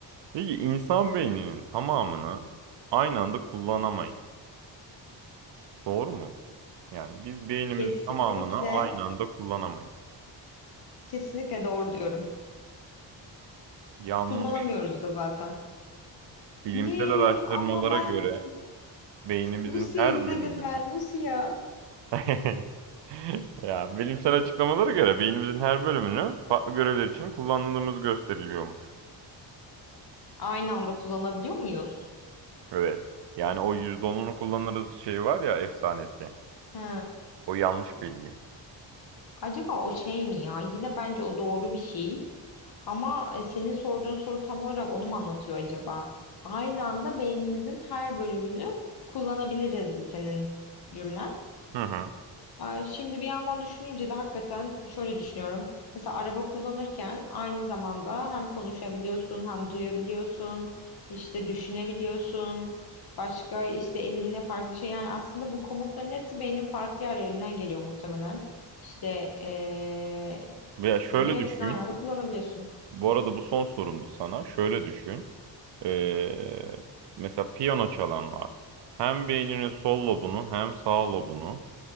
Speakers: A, on the right (about 65°); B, on the left (about 55°).
A: Peki insan beyninin tamamını aynı anda kullanamayız. Doğru mu? Yani biz beynimizin
B: Kesinlikle,
A: tamamını aynı anda kullanamayız.
B: kesinlikle doğru diyorum.
A: Yanlış.
B: Kullanamıyoruz da zaten.
A: Bilimsel
B: Ne?
A: araştırmalara
B: Ama ben
A: göre beynimizin
B: Lucia
A: her
B: izledim
A: bölümünü
B: ben. Lucia.
A: <laughs> ya bilimsel açıklamalara göre beynimizin her bölümünü farklı görevler için kullandığımız gösteriliyormuş.
B: Aynı anda kullanabiliyor muyuz?
A: Evet. Yani o %10'unu kullanırız şey var ya efsanesi.
B: He.
A: O yanlış bilgi.
B: Acaba o şey mi ya? Yine bence o doğru bir şey. Ama e, senin sorduğun soru tam olarak onu mu anlatıyor acaba? Aynı anda beynimizin her bölümünü kullanabiliriz de senin cümlen.
A: Hı hı.
B: Ee, Şimdi bir yandan düşününce de hakikaten şöyle düşünüyorum. Mesela araba kullanırken aynı zamanda hem konuşabiliyorsun hem duyabiliyorsun, işte düşünebiliyorsun. Başka işte elinle farklı bir şey. Yani aslında bu komutların hepsi beynin farklı yerlerinden geliyor muhtemelen. İşte ee,
A: Veya şöyle
B: ve hepsini
A: düşün.
B: aynı anda kullanabiliyorsun.
A: Bu arada bu son sorumdu sana. Şöyle düşün. Ee, mesela piyano çalanlar hem beyninin sol lobunu hem sağ lobunu